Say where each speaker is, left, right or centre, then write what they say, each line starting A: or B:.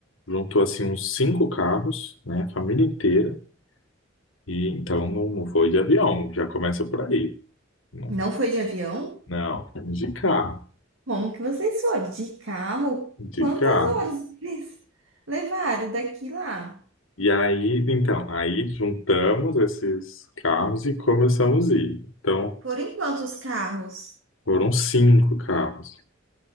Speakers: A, on the left; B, on the right.
A: juntou assim uns cinco carros, né? A família inteira. E então não, não foi de avião, já começa por aí. Não,
B: não foi de avião?
A: não, fomos de carro,
B: Como que vocês foram? De carro?
A: de
B: Quantas
A: carro.
B: horas vocês <laughs> levaram daqui lá?
A: E aí, então, aí juntamos esses carros e começamos a ir. Então,
B: Foram em quantos carros?
A: foram cinco carros,